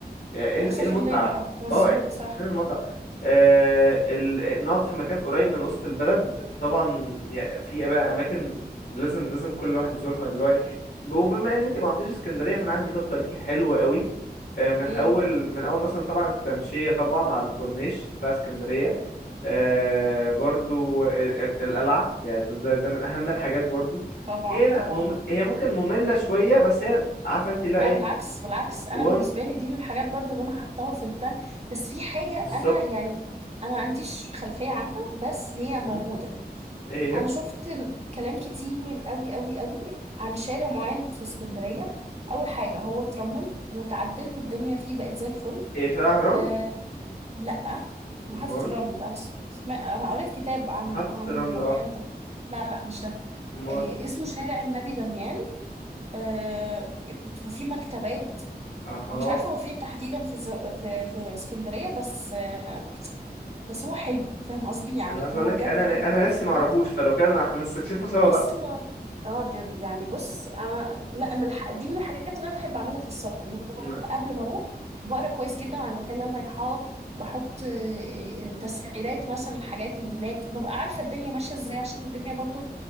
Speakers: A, on the left (about 75°); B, on the right (about 40°).
A: يعني ايه
B: اسافر
A: إيه المتعة
B: ليه بقى مظبوط
A: اه
B: صح
A: فين المتعة آه ال... نقعد في مكان قريب من وسط البلد طبعا يعني في بقى اماكن لازم لازم كل واحد يزورها اللي هو إيه. وبما ان انت ما رحتيش اسكندرية فانا عندي خطة ليكي حلوة قوي آه، من
B: امم
A: اول من اول مثلا طبعا التمشية طبعا على الكورنيش بتاع اسكندرية آه برضو ال- ال- القلعة يعني ده, ده ده من اهم الحاجات برضو
B: طبعا
A: هي
B: طبعا
A: مم... هي ممكن مملة شوية بس هي عارفة انت اللي
B: لا
A: هو ايه
B: بالعكس بالعكس انا
A: وان
B: بالنسبه لي دي من الحاجات برضو اللي انا حطاها في البلان بس في حاجه
A: بالظبط
B: انا يعني انا ما عنديش خلفيه عنها بس هي
A: مم.
B: موجوده
A: هي
B: انا شفت كلام كتير قوي قوي قوي عن شارع معين في اسكندريه اول حاجه هو اترمم وتعدل والدنيا فيه بقت زي الفل
A: ايه شارع رمل
B: أه لا محطه
A: امال
B: الرمل انا سمع... انا قريت كتاب عن
A: محطة
B: عن المكان
A: رمل اه
B: ده لا لا مش ده
A: امال
B: آه، اسمه شارع النبي دانيال آه، وفي مكتبات
A: اها
B: ومش عارفه هو فين تحديدا في الزو... في في اسكندريه بس آه، بس هو حلو فاهم قصدي يعني
A: انا عايز
B: هو
A: اقولك
B: بجد
A: انا
B: ال...
A: انا نفسي ما اعرفوش
B: يعني
A: فلو كان أنا هنستكشفه سوا
B: اصلا
A: بقى
B: اه دي دي يعني بص انا لا من الح... دي من الحاجات اللي انا بحب اعملها في السفر اللي هو
A: م-
B: قبل ما اروح بقرا كويس جدا عن المكان اللي انا رايحاه بحط آه، آه، تسعيرات مثلا الحاجات اللي هناك ببقى عارفه الدنيا ماشيه ازاي عشان الدنيا برضو